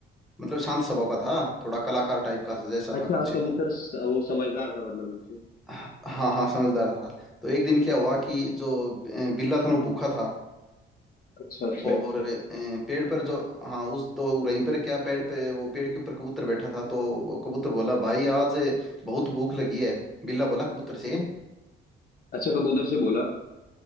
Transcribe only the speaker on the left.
अच्छा
हाँ कबूतर स- वो समझदार था मतलब उनसे
अच्छा अच्छा
अच्छा कबूतर से बोला